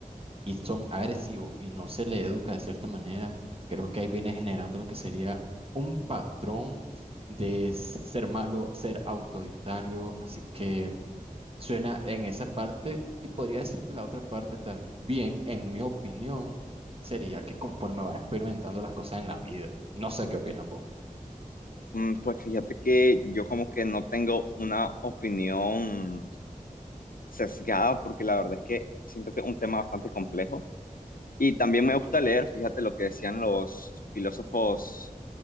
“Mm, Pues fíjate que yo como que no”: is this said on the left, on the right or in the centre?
Left